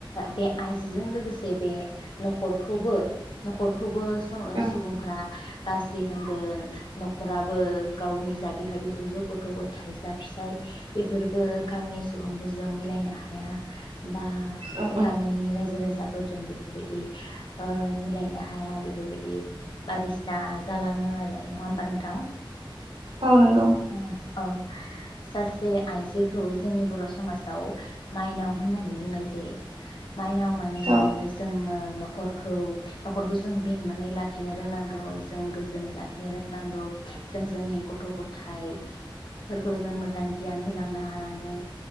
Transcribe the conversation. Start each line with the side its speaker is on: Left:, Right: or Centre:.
Left: बे आइजोजों लोगोसे बे नखखौबो न'खखौबो स
Right: औ
Left: सुबुंफोरा गाज्रि होनगोन न'खराबो गावनि जा बिहाव बिखुनजो गथ' गथायाइ जा फिसाय बेफोरबो गामिनि सुबुंफोरजों मिलायनो हाया बा
Right: औ
Left: गामिनि रायजो राजा फोरजों बेफोरबायदि ओ मिलायनो हाया बेफोरबायदि बिदि बायदिसिना जालाङो आरो नङा होमबा नोंथां?
Right: औ नंगौ
Left: औ-औ। सासे आइजोखौ जोंनि बर' समाजाव माइनाव होननानै बुंनाय जायो। माइनाव माने
Right: औ
Left: जोङो न'खरखौ-न'खरखौजों बेंनानै लाखिनो रोंनांगौ जों गोजोनै लाखिनो रोंनांगौ जों जोंनि गथ' गथाइ फोरखौ जों मोजां गियान होलांनो हानांगोन